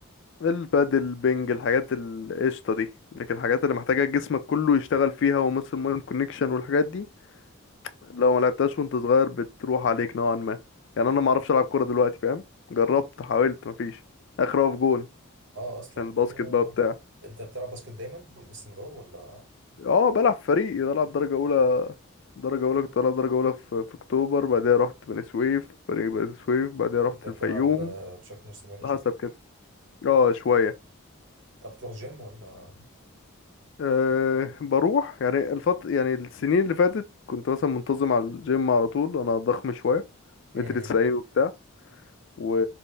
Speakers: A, on the left; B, on the right.
A: البادل بينج الحاجات القشطة دي لكن الحاجات اللي محتاجة جسمك كله يشتغل فيها ومثل مايند كونكشن والحاجات دي لو ما لعبتهاش وانت صغير بتروح عليك نوعا ما يعني انا ما اعرفش العب كورة دلوقتي فاهم جربت حاولت مفيش اخر اقف جون
B: اه اصلا
A: عشان الباسكت
B: لا
A: بقى بتاع
B: انت بتلعب باسكت دايما باستمرار ولا
A: اه بلعب فريق بلعب درجة أولى درجة أولى كنت بلعب درجة أولى في, في أكتوبر بعدها رحت بني سويف فريق بني سويف بعدها رحت
B: انت بتلعب
A: الفيوم
B: آه، بشكل مستمر شكل
A: حسب كده اه شوية
B: طب بتروح جيم ولا
A: أه بروح يعني الفط يعني السنين اللي فاتت كنت مثلا منتظم على الجيم على طول أنا ضخم شوية
B: امم
A: متر تسعين وبتاع و...